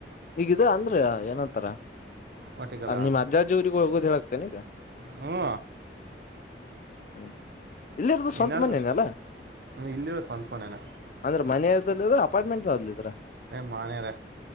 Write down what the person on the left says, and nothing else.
ಈಗಿದೆ ಅಂದ್ರ ಏನಂತಾರ
ನಿಮ್ ಅಜ್ಜ ಅಜ್ಜಿ ಊರಿಗ ಹೋಗೋದು ಹೇಳಕ್ತೇನೆ ಈಗ
ಹ್ಮ್ ಇಲ್ಲಿರದು ಸ್ವಂತ
ಮನೇನ ಅಲ್ಲ
ಅಂದ್ರೆ ಮನೆಯ ಅಪಾರ್ಟ್ಮೆಂಟ ಅಲ್ಲಿದ್ರ